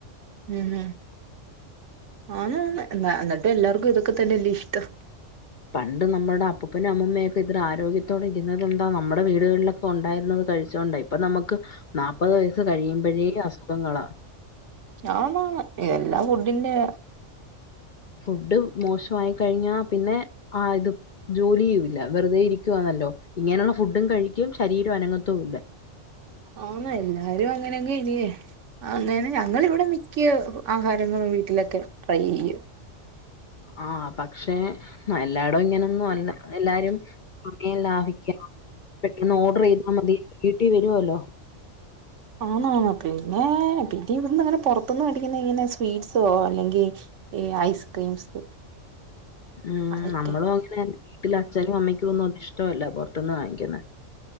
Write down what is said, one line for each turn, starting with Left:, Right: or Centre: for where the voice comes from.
Right: ഉം ആന്നന്ന് എന്താ എന്നിട്ട് എല്ലാർക്കും ഇതൊക്കെ തന്നെല്ലേ ഇഷ്ടം
Left: പണ്ട് നമ്മടെ അപ്പൂപ്പനും അമ്മൂമയൊക്കെ ഇത്തര ആരോഗ്യത്തോടെ ഇര്ന്നതെന്താ നമ്മടെ വീടുകൾലൊക്കെ ഒണ്ടായിരുന്നത് കഴിച്ചോണ്ട ഇപ്പ നമ്മക്ക് നാപ്പത് വയസ്സ് കഴിയുമ്പഴേഅസുഖങ്ങളാ
Right: ആണാണ് എല്ലാം ഫുഡിന്റെ
Left: ഫുഡ് മോശായി കഴിഞ്ഞാ പിന്നെ ആത് ജോലിയുല്ല വെറുതെ ഇരിക്കുവാണല്ലോ ഇങ്ങനെള്ള ഫുഡും കഴിക്കും ശരീരം അനംഗത്തുല്ല
Right: ആന്നെ എല്ലാരും അങ്ങനെങ്ങ് ഇല്ലേ അങ്ങനെ ഞങ്ങവിടെ മിക്ക ആഹാരങ്ങും വീട്ടിലൊക്കെ ട്രൈ ചെയ്യും
Left: ആഹ് പക്ഷെ ആഹ് എല്ലാരും ഇങ്ങനൊന്നും അല്ല എല്ലാരുംക്കെ ലാഭിക്ക പെട്ടന്ന് ഓർഡർ ചെയ്താ മതി വീട്ടി വരുല്ലോ
Right: ആണോ പിന്നെ പിന്ന ഇവ്ട്ന്നങ്ങനെ പുറത്തുന്ന് മേടിക്കുന്ന ഇങ്ങനെ സ്വീറ്റ്സോ അല്ലെങ്കി ഈ ഐസ്ക്രീംസ്
Left: ഉം
Right: അതൊക്കെ
Left: നമ്മളും അങ്ങനെന്നെ വീട്ടിൽ അച്ഛനും അമ്മയ്ക്കും ഒന്നും ഇഷ്ട്ടല്ല പൊ ർതന്ന് വാങ്ങിക്ക്ന്നെ